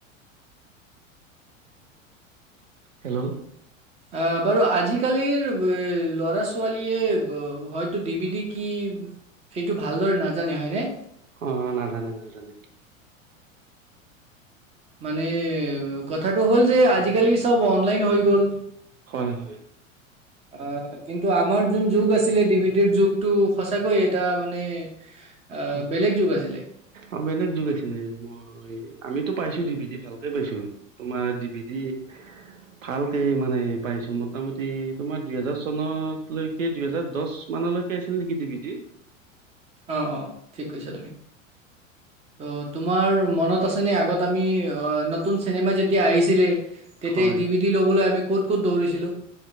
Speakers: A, on the right (about 75°); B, on the right (about 15°).
A: হেল্ল'।
B: আহ বাৰু আজিকালিৰ ল'ৰা ছোৱালীয়ে হয়তো ডি বি ডি কি? সেইটো ভালদৰে নাজানে হয়নে।
A: অ নাজানে নাজানে।
B: মানে কথাটো হ'ল যে আজিকালি চব অনলাইন হৈ গ'ল।
A: হয় হয়।
B: অ কিন্তু আমাৰ যোন যুগ আছিলে ডি বিটিৰ যুগ। টো সঁচাকৈয়ে এটা মানে অ
A: হয়
B: বেলেগ যুগ আছিলে।
A: অ বেলেগ যুগ আছিলে মোৰ। আমিতো পাইছো ডিভিদি ভালকে পাইছো আৰু তোমাৰ ডিভিদি। ভালকে মানে পাইছো মোটামুটি তোমাৰ দুইহেজাৰ চনত লৈক। সেই দুহেজাৰ দহ মানলৈকে আছিল নেকি দিভিদি।
B: অ অ ঠিক কৈছা তুমি। ত' তোমাৰ মনত আছে নে আগত আমি নতুন চিনেমা যেতিয়া আহিছিলে। তেতিয়া
A: হয়
B: ডি বি ডি ল'বলৈ আমি ক'ত ক'ত দৌৰিছিলো।